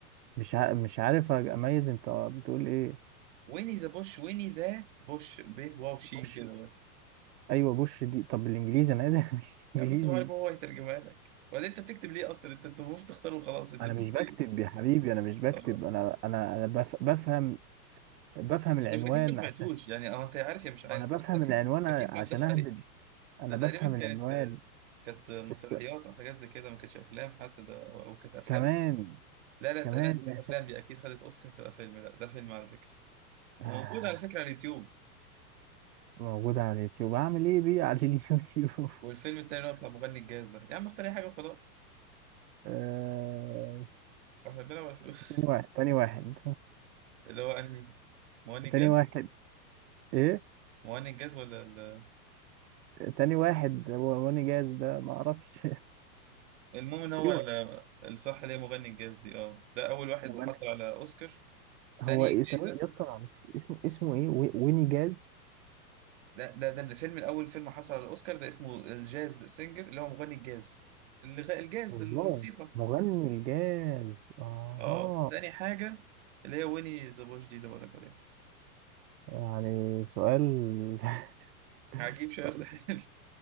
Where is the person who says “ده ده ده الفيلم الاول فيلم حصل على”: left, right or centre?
Right